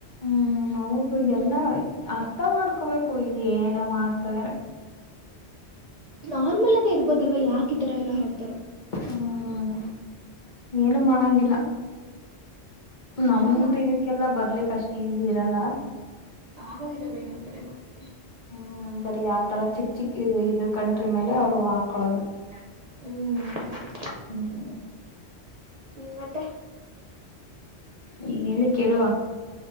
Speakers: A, on the left; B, on the right.
A: ಹ್ಮ್ ಹೌದು ಎಲ್ಲ ಅರ್ಥ ಮಾಡ್ಕೋಬೇಕು ಏನಪ್ಪಾ ಮಾಡ್ತವೆ
B: ನಾರ್ಮಲ್ ಆಗ ಇರ್ಬೋದಲ್ವಾ ಯಾಕ ಇದಾರ ಎಲ್ಲ ಹಾಡ್ತಾರ
A: ಹ್ಮ್ ಏನು ಮಾಡಂಗಿಲ್ಲ ನಮ್ದು
B: ಆದ್ರೆ ನಮ್
A: ಇದಕ್ಕೆಲ್ಲಾ ಬರ್ಲಿಕ್ ಅಷ್ಟ್ ಈಸಿ ಇರಲ್ಲ
B: ಆಗೋದಿಲ್ಲ ಬಿಡಿ ನಮ್ ಕಡೆ ಹೋಗುತ್ತೆ
A: ಹ್ಮ್ ಬರಿೀ ಆತರ ಚಿಕ್ಕ ಚಿಕ್ಕ ಇರುವೆ ಇರುವೆ ಕಂಟ್ರಿ ಮೇಲೆ ಅವ್ರು ಹಾಕಳೋದು
B: ಹ್ಮ್
A: ಹ್ಮ ಹ್ಮ
B: ಹ್ಮ್ ಮತ್ತೆ
A: ಹೇಳಿ ಕೇಳುವ